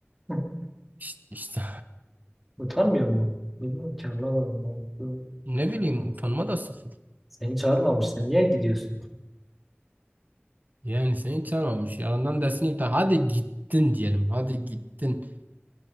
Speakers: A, in the centre; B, on the right (about 45°).
A: <laughs>
B: İşte, işte
A: Utanmıyor mu? Bilmiyorum ki anlamadım ben. Bu-
B: ne bileyim utanma da sıfır.
A: Seni çağırmamış. Sen niye gidiyorsun?
B: Yani seni çağırmamış. Yalandan dersini iptal. Hadi gittin diyelim. Hadi gittin.